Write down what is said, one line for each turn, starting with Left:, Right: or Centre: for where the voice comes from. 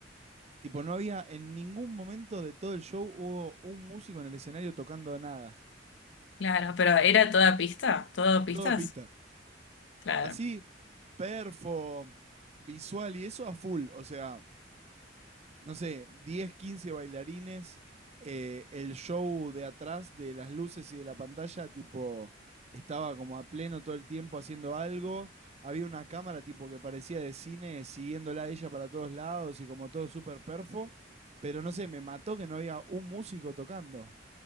Right: Tipo, no había en ningún momento de todo el show hubo un músico en el escenario tocando nada.
Left: Claro, pero ¿era toda pista? ¿Todo pistas?
Right: Todo pista.
Left: Claro.
Right: Así, perfo, visual y eso a full. O sea, no sé, diez quince bailarines, eh, el show de atrás de las luces y de la pantalla, tipo, estaba como a pleno todo el tiempo haciendo algo. Había una cámara tipo que parecía de cine siguiéndola a ella para todos lados y como todo súper perfo. Pero no sé, me mató que no había un músico tocando.